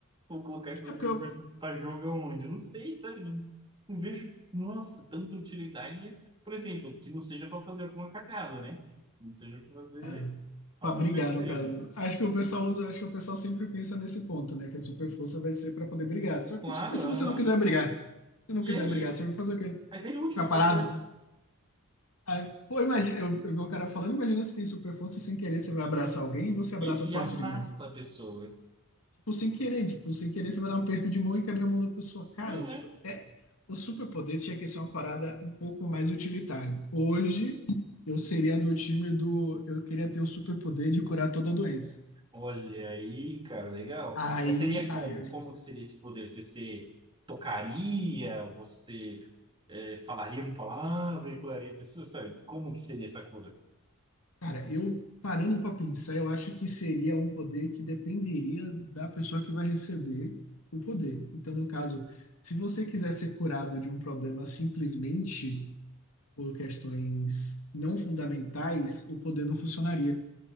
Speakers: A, on the right; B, on the left.
A: Vou colocar essa
B: É
A: super
B: porque eu...
A: força pra jogar onde? Eu não sei, sabe? Não, não vejo, nossa, tanta utilidade, por exemplo, que não seja pra fazer alguma cagada, né? Não seja pra fazer
B: É,
A: alguma
B: pra brigar,
A: besteira.
B: no caso. Acho que o pessoal usa, acho que o pessoal sempre pensa nesse ponto, né? Que a super força vai ser pra poder brigar. Só
A: Claro,
B: que, tipo, e se
A: aham.
B: você não quiser brigar? Se não
A: E
B: quiser
A: aí?
B: brigar, você vai fazer o quê?
A: Aí tem útil
B: Ficar
A: super
B: parado?
A: força.
B: Aí, pô, imagina, eu, eu vi um cara falando, imagina se tem super força e sem querer você vai abraçar alguém e você abraça
A: Isso, e
B: forte
A: amassa
B: demais.
A: a pessoa.
B: Tipo, sem querer, tipo, sem querer você vai dar um aperto de mão e quebra a mão da pessoa. Cara,
A: Não,
B: tipo,
A: é
B: é. O superpoder tinha que ser uma parada um pouco mais utilitária. Hoje, eu seria do time do. Eu queria ter o superpoder de curar toda a doença.
A: Olha aí, cara, legal.
B: Aí,
A: Mas seria como?
B: aí, eu- tipo,
A: Como que seria esse poder? Você, se tocaria? Você eh, falaria uma palavra e curaria a pessoa? Sabe? Como que seria essa cura?
B: cara, eu parando pra pensar, eu acho que seria um poder que dependeria da pessoa que vai receber o poder. Então, no caso, se você quiser ser curado de um problema simplesmente por questões não fundamentais, o poder não funcionaria.